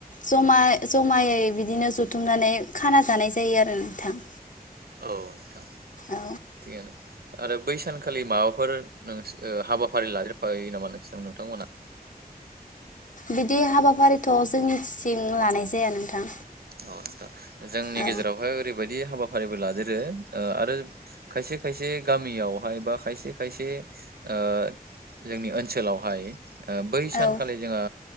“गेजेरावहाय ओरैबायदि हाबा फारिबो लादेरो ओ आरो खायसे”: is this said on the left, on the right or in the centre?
Right